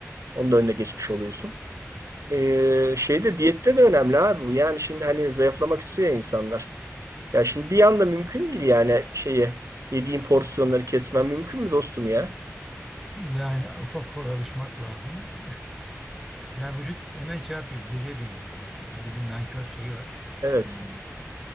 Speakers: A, on the right (about 80°); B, in the centre.
A: Onun da önüne geçmiş oluyorsun. E, şeyde diyette de önemli abi bu. Yani şimdi hani zayıflamak istiyor ya insanlar. Ya şimdi bir anda mümkün değil yani şeyi yediğin porsiyonları kesmen mümkün mü dostum ya?
B: Yani ufak ufak alışmak lazım. <laughs> Yani vücut hemen şey yapıyor, geriye dönüyor bir de yani. Öyle bir nankör şeyi var.
A: Evet.
B: Hmm.